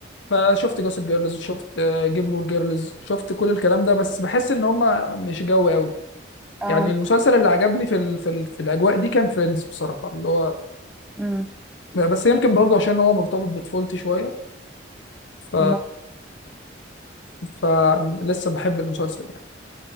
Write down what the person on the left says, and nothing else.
فشفت جوسب جيرلز شفت جيلمور جيرلز شفت كل الكلام ده بس بحس ان هم مش جو قوي
يعني المسلسل اللي عجبني في ال في, ال في الاجواء دي كان فريندز بصراحه اللي هو
بس يمكن برضو عشان هو مرتبط بطفولتي شويه ف
فلسه بحب المسلسل يعني